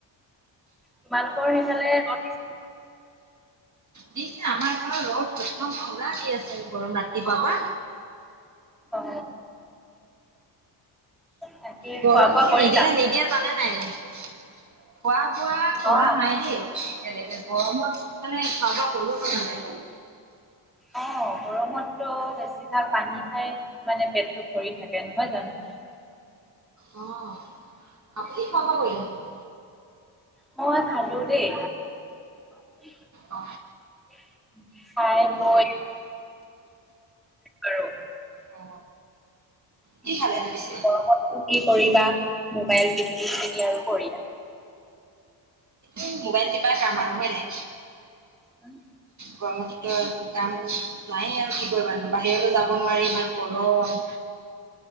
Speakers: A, in the centre; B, on the right.
A: তোমালোকৰ সেইফালে ৰ'দ দিছে?
B: দিছে আমাৰ এই ফালে ৰদ প্ৰচণ্ড পোৰা দি আছে গৰম ৰাতিপুৱা পা।
A: অ তাকে
B: গৰমটো
A: খোৱা বোৱা কৰিলা
B: নিদিলে নিদিয়ে জানে নাই? খোৱা বোৱা কৰা
A: অ
B: নাই দেই। তেনেকে গৰমত মানে খোৱা বোৱা কৰিব মন নাযায়।
A: অ গৰমততো বেছিভাগ পানী খাই মানে পেটটো ভৰি থাকে নহয় জানো?
B: অ আপুনি খোৱা বোৱা কৰিলে নাই?
A: মই খালোঁ দেই। চাৰে
B: অ
A: ফোন কৰিছে। <unintelligible> কৰো <unintelligible>
B: অ
A: <inaudible>
B: কি খালেনো পিছে
A: গৰমত নো কি কৰিবা, মোবাইল টিপি টিপি থাকি আৰু কৰিবা
B: উম মোবাইল টিপা কাম আৰু হয় নাই।
A: উম
B: গৰমততো একো কাম নাইয়ে আৰু কি কৰিবা নো বাহিৰলৈ যাব নোৱাৰি ইমান গৰম।